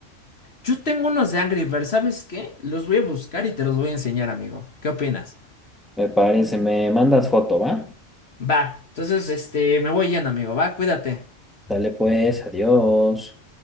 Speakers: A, on the left (about 55°); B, in the centre.
A: Yo tengo unos de Angry Birds, ¿sabes qué? Los voy a buscar y te los voy a enseñar, amigo. ¿Qué opinas?
B: Me parece, me mandas foto, ¿va?
A: Va, entonces este, me voy yendo, amigo, va, cuídate.
B: Dale pues, adiós.